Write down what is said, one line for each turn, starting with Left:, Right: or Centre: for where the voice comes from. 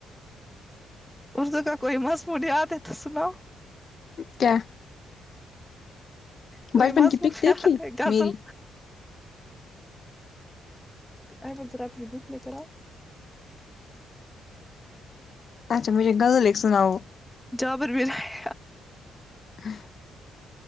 Centre: اردو کا کوئی مضمون یاد ہے تو سناؤ
Left: کیا
Centre: کوئی
Left: بچپن
Centre: مضمون
Left: کی پک دیکھی
Centre: یاد ہے غزل
Left: میری
Centre: احمد ذرا اپنی بک لے کر آؤ
Left: اچھا مجھے غزل ایک سناؤ
Centre: جابر بھی یر
Left: آہ